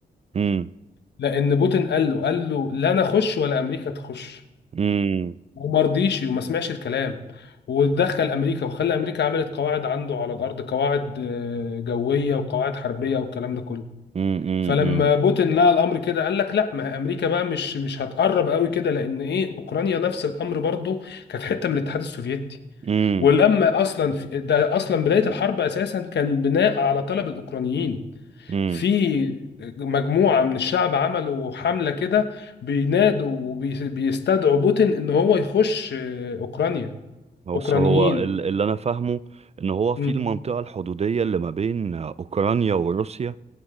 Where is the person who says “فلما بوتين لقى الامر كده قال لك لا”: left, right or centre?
Left